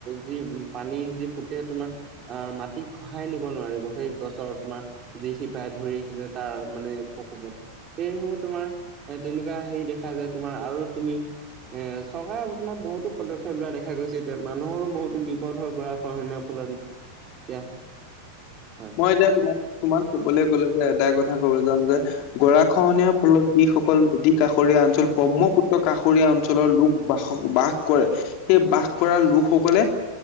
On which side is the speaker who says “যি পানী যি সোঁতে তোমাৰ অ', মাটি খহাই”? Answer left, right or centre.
Right